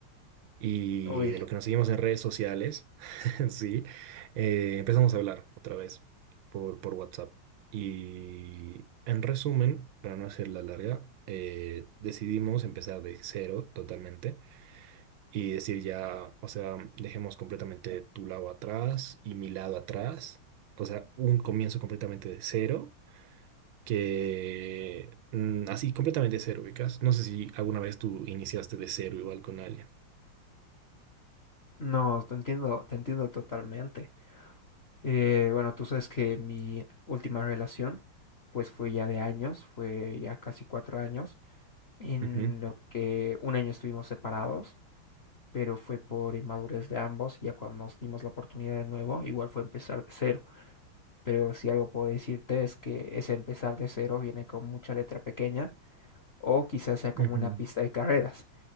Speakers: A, on the right (about 75°); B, on the left (about 55°).
A: y
B: Uy.
A: de lo que nos seguimos en redes sociales, <laughs> sí, eh, empezamos a hablar otra vez por, por WhatsApp. Y en resumen, para no hacerla larga, eh, decidimos empezar de cero totalmente y decir ya, o sea, dejemos completamente tu lado atrás y mi lado atrás, o sea, un comienzo completamente de cero. que mm, así completamente de cero, ubicas. No sé si alguna vez tú iniciaste de cero igual con alguien.
B: No, te entiendo, te entiendo totalmente. Eh, bueno, tú sabes que mi última relación, pues fue ya de años, fue ya casi cuatro años, en
A: Ujú,
B: lo que un año estuvimos separados, pero fue por inmadurez de ambos, y ya cuando nos dimos la oportunidad de nuevo, igual fue empezar de cero. Pero si algo puedo decirte es que ese empezar de cero viene con mucha letra pequeña, o quizás sea como
A: ujú.
B: una pista de carreras,